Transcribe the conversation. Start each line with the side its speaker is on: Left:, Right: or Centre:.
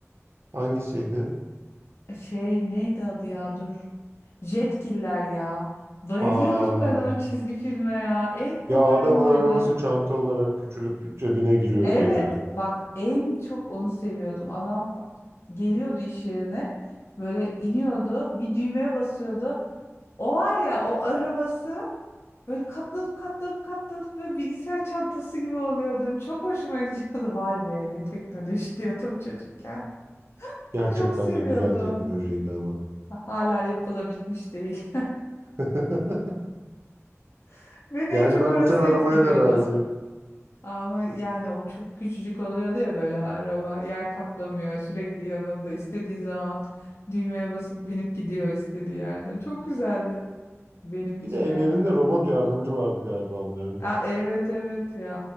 Right: Hangisiydi?
Left: E, Şey neydi adı ya dur. Jetgiller ya. Bayılıyordum
Right: Aa.
Left: ben o çizgi filme ya. En favorim
Right: Ya adamın
Left: oydu.
Right: arabası çanta olarak küçülüp cebine giriyordu
Left: Evet
Right: ya.
Left: bak en çok onu seviyordum. Adam geliyordu iş yerine böyle iniyordu bir düğmeye basıyordu. O var ya o arabası böyle katlanıp katlanıp katlanıp böyle bilgisayar çantası gibi oluyordu. Çok hoşuma gidiyordu. <laughs> Vay be ne teknoloji diyordum çocukken.
Right: Gerçekten
Left: Çok seviyordum.
Right: de güzel teknolojiydi ama.
Left: Hala yapılabilmiş değil.
Right: <laughs>
Left: <laughs> Beni
Right: Yani
Left: en çok
Right: ben
Left: orası
Right: uçan arabaya
Left: etkiliyordu.
Right: da razıyım.
Left: Ama yani o çok küçücük oluyordu ya böyle araba yer kaplamıyor sürekli yanında istediği zaman düğmeye basıp binip gidiyor istediği yerden. Çok güzeldi benim için
Right: Bir de
Left: yani
Right: ellerinde
Left: ben.
Right: robot yardımcı vardı galiba onların.
Left: Aa, evet evet ya